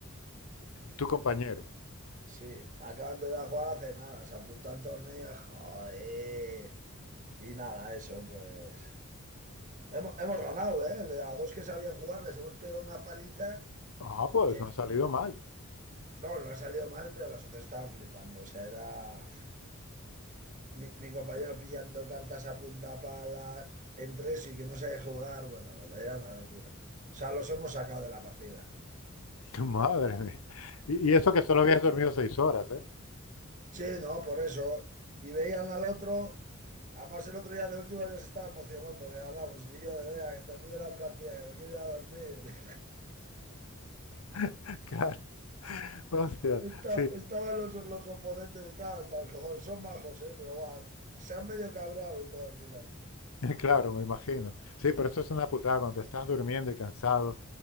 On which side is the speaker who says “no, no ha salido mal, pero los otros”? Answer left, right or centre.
Right